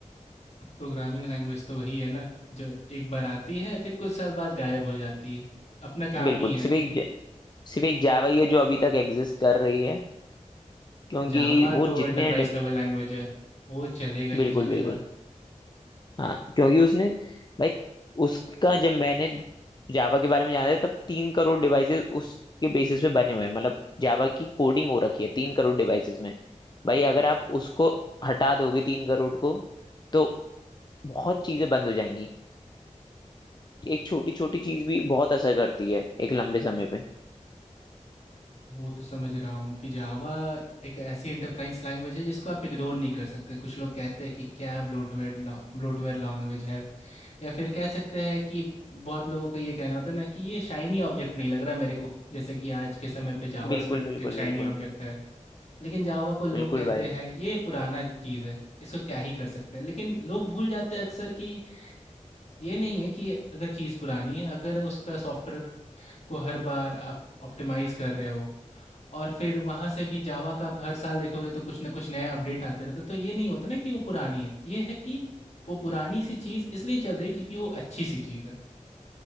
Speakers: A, on the left; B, on the left.
A: प्रोग्रामिंग लैंग्वेज तो वही है ना जो एक बार आती है फिर कुछ साल बाद गायब हो जाती है अपना काम
B: बिल्कुल
A: ही है
B: सिर्फ एक ज- सिर्फ एक जावा ही है जो अभी तक एग्जिस्ट कर रही है क्योंकि
A: जावा
B: वो
A: तो
B: जितने
A: एंटरप्राइज
B: डे-
A: लेवल लैंग्वेज है वो चलेगा
B: बिल्कुल
A: ही चलेगा
B: बिल्कुल हाँ क्योंकि उसने भाई उसका जब मैंने जावा के बारे में जाना था तब तीन करोड़ डिवाइसेस उसके बेसिस पे बने हुए हैं मतलब जावा की कोडिंग हो रखी है तीन करोड़ डिवाइसेस में भाई अगर आप उसको हटा दोगे तीन करोड़ को तो बहुत चीजें बंद हो जाएंगी एक छोटी छोटी चीज भी बहुत असर करती है एक लंबे समय पे
A: वो तो समझ रहा हूँ कि जावा एक ऐसी एंटरप्राइज लैंग्वेज है जिसको आप इग्नोर नहीं कर सकते कुछ लोग कहते हैं कि क्या ब्लोटवेयर ब्लोटवेयर लैंग्वेज है या फिर कह सकते हैं कि बहुत लोगों का ये कहना होता है ना कि ये शाइनी ऑब्जेक्ट नहीं लग रहा मेरे को जैसे कि आज के समय पे जावा
B: बिल्कुल
A: स्क्रिप्ट
B: बिल्कुल
A: एक शाइनी
B: बिल्कुल
A: ऑब्जेक्ट है लेकिन जावा को लोग
B: बिल्कुल
A: कहते
B: भाई
A: हैं ये पुराना चीज़ है इसको क्या ही कर सकते हैं लेकिन लोग भूल जाते हैं अक्सर कि ये नहीं है कि अगर चीज़ पुरानी है अगर उसका सॉफ्टवेयर को हर बार आप ऑप्टिमाइज़ कर रहे हो और फिर वहाँ से भी जावा का आप हर साल देखोगे तो कुछ ना कुछ नया अपडेट आते रहता है तो ये नहीं होता ना कि वो पुरानी है ये है कि वो पुरानी सी चीज़ इसलिए चल रही है क्योंकि वो अच्छी सी चीज़ है